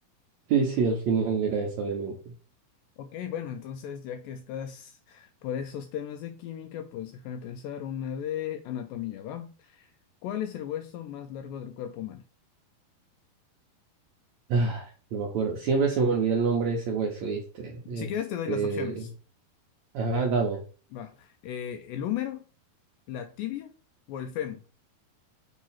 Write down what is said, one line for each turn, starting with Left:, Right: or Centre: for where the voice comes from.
Right: Sí, sí, al final era eso, obviamente.
Left: Ok, bueno, entonces ya que estás por esos temas de química, pues déjame pensar una de anatomía, ¿va? ¿Cuál es el hueso más largo del cuerpo humano?
Right: Ah, no me acuerdo. Siempre se me olvida el nombre de ese hueso, ¿viste? Este.
Left: Si quieres, te doy las opciones.
Right: Ajá, dame.
Left: Va, eh, ¿el húmero, la tibia o el fémur?